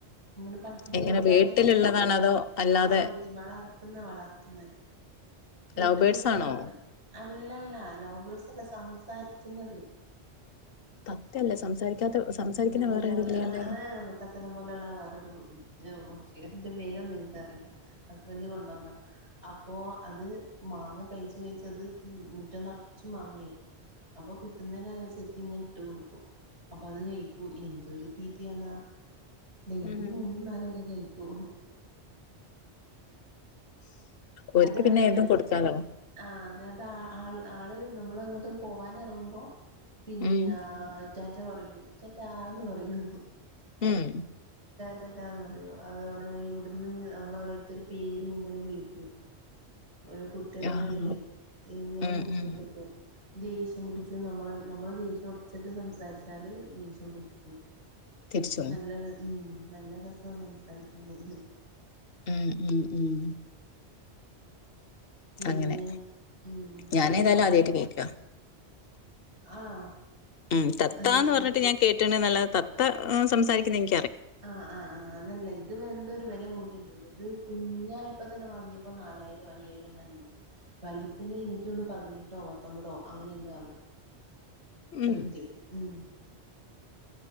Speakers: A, on the right; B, on the left.
A: ഇങ്ങനെ പഠിപ്പിച്ചു
B: എങ്ങനെ
A: കൊടുത്താല്
B: വീട്ടിലുള്ളതാണോ അതോ അല്ലാതെ
A: ആഹ വീട്ടിൽ വളർത്തുന്ന വളർത്തുന്ന കൂട്ടിലിട്ട്
B: ലവ് ബേർഡ്സ്
A: വളർത്ത
B: ആണോ
A: ഉള്ളല്ല ലവ്ബേഡ്സ് അല്ല സംസാരിക്കുന്നത്
B: തത്തയല്ലേ സംസാരിക്കാത്ത സംസാരിക്കുന്ന
A: നല്ല
B: വേറെ ഏത് കിളിയല്ലേ
A: ആ ഏഹ് തത്തേനെ പോലെയുള്ള വേറൊരു ഇ ക്ഷി അതിന്റെ പേരൊന്നും എനിക്കറിയില്ല ഹസ്ബൻഡ് കൊണ്ടുവന്നതാ അ അപ്പോ അത് മാങ്ങ കഴിച്ചു കഴിച്ച് അത് മുറ്റം നിറച്ച് മാങ്ങായിരുന്നു. അപ്പൊ കിട്ടുന്നേനനുസരിത്തി ഇങ്ങനെ ഇട്ട് കൊടുക്കും. അപ്പൊ അത് കഴിക്കൂ എന്തൊരു തീറ്റയാന്നാ. ഡെയിലി
B: ഉം
A: മൂന്നും നാലൊക്കെ കഴിക്കും.
B: ഓര്ക്ക്
A: അത് അതിന്
B: പിന്നെ ഏതും കൊടുക്കാലോ
A: ആ അത് ആ ആള് നമ്മൾ അങ്ങോട്ട് പോവാന് ഇറങ്ങുമ്പോ പിന്നെ
B: ഉം
A: റ്റാ റ്റ പറയും റ്റാറ്റാന്ന് പറയും.
B: ഉം
A: റ്റാറ്റാന്നറിയും അതോടെ ഇവിടുന്ന് നമ്മളോരോത്തരു പേര് ഇങ്ങനെ വിളിക്കും. ഒരു കുട്ടികളെ
B: ആഹ്
A: പേര് എങ്ങനെ
B: ഉം
A: വിളിച്ചോണ്ടിക്കും
B: ഉം
A: ദേഷ്യം പിടിക്കും നമ്മ നമ്മള് ദേഷ്യം ഒച്ചിട്ട് സംസാരിച്ചാല് ദേഷ്യം പിടിക്കും.
B: തിരിച്ചും
A: നല്ല ഉം നല്ല രസം സംസാരിക്കാന്.
B: ഉം ഉം ഉം
A: പിന്നെ
B: അങ്ങനെ
A: ഉം
B: ഞാനേതായാലും
A: പിന്നെ വേറെ?
B: ആദ്യായിട്ട് കേക്കാ
A: ആണോ?
B: ഉം തത്താ
A: അത്
B: എന്ന്
A: ശരി
B: പറഞ്ഞിട്ട് ഞാൻ കേട്ടിട്ടണ്ട് നല്ല തത്ത സംസാരിക്കുന്ന എ
A: ആഹ് ആഹ് ആഹ് അതല്ല ഇത് എന്തൊരു വില കൂടിയ എന്തോ ഇത് കുഞ്ഞായപ്പോ തന്നെ വാങ്ങിയപ്പോ ന നാലായിരം അയ്യായിരങ്ങാനുണ്ട് വലുതെ എനിക്ക് തോന്ന് പതിനെട്ടോ പത്തൊമ്പതോ അങ്ങനെ എന്തോവാന്ന്. റേറ്റ്
B: ഉം
A: ഉം